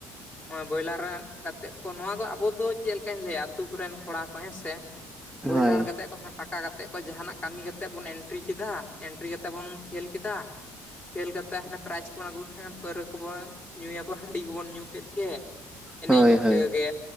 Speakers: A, on the left (about 25°); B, in the centre.
A: ᱦᱚᱭ ᱵᱚᱭᱞᱟᱨ ᱜᱟᱛᱮᱜ ᱠᱚ ᱱᱚᱣᱟ ᱫᱚ ᱟᱵᱚ ᱫᱚ ᱪᱮᱫ ᱞᱮᱠᱟᱧ ᱞᱟᱹᱭᱟ ᱟ ᱟᱹᱛᱩ ᱠᱚᱨᱮᱱ ᱠᱚᱲᱟ ᱠᱚ ᱦᱮᱸᱥᱮ <unintelligible> ᱵᱚᱭᱞᱟᱨ
B: ᱦᱳᱭ
A: ᱠᱟ ᱠᱟᱛᱮ ᱴᱟᱠᱟ ᱠᱟᱛᱮᱫ ᱠᱚ ᱡᱟᱦᱟᱱᱟᱜ ᱠᱟᱹᱢᱤ ᱠᱟᱛᱮᱫ ᱵᱚᱱ ᱮᱱᱴᱨᱤ ᱠᱮᱫᱟ ᱮᱱᱴᱨᱤ ᱠᱟᱛᱮᱫ ᱵᱚᱱ ᱠᱷᱮᱞ ᱠᱮᱫᱟ᱾ ᱠᱷᱮᱞ ᱠᱟᱛᱮ ᱦᱟᱱᱮ ᱯᱟᱨᱟᱭᱤᱡ ᱠᱚᱵᱚᱱ ᱟᱹᱜᱩᱭ ᱠᱮᱫ ᱠᱷᱟᱱ᱾ ᱯᱟᱹᱣᱨᱟᱹ ᱠᱚᱵᱚᱱ ᱧᱩᱭᱟᱵᱚᱱ ᱦᱟᱺᱰᱤ ᱠᱚᱵᱚᱱ ᱧᱩ ᱠᱮᱫ ᱜᱮ ᱮᱱᱮ
B: ᱦᱳᱭ
A: ᱤᱱᱝᱠᱟᱹᱜᱮ
B: ᱦᱳᱭ